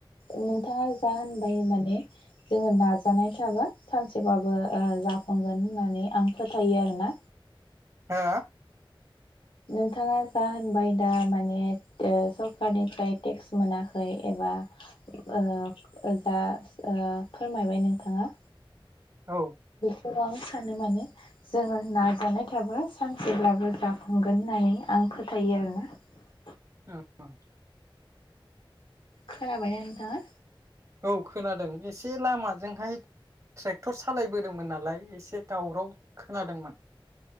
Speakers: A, on the left (about 70°); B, on the right (about 35°).
A: नोंथाङा जा होनबाय माने जोङो नाजानाय थाबा सानसेबाबो जाफुंगोन होननानै आं फोथायो आरोना।
B: हा।
A: नोंथाङा जा होनबाय दा माने सरखारारनिफ्राय टेक्स मोनाखै एबा जा फोरमायबाय नोंथाङा
B: औ।
A: बेखौ आं सानो माने जोङो नाजानाय थाबा सानसेब्लाबो जाफुंगोन होननानै आं फोथायो आरोना।
B: <unintelligible>
A: खोनाबायना नोंथाङा?
B: औ खोनादों एसे लामाजोंहाय ट्रेक्टर सालायबोदोंमोन नालाय एसे दावराव खोनादोंमोन।